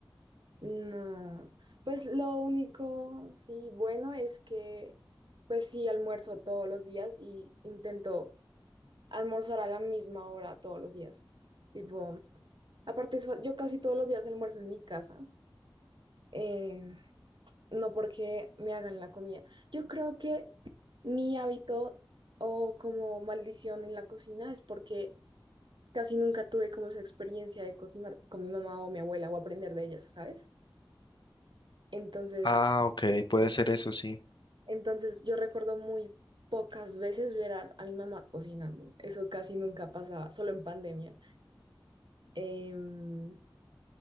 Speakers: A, on the right; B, on the left.
A: No. Pues lo único, sí, bueno es que, pues sí, almuerzo todos los días y intento almorzar a la misma hora todos los días. Tipo, aparte, eso- yo casi todos los días almuerzo en mi casa. eh, no porque me hagan la comida. Yo creo que mi hábito o como maldición en la cocina es porque casi nunca tuve como esa experiencia de cocinar con mi mamá o mi abuela o aprender de ellas, ¿sabes? Entonces,
B: Ah, ok, puede ser eso, sí,
A: entonces yo recuerdo muy pocas veces ver a, a mi mamá cocinando. Eso casi nunca pasaba, solo en pandemia. Em,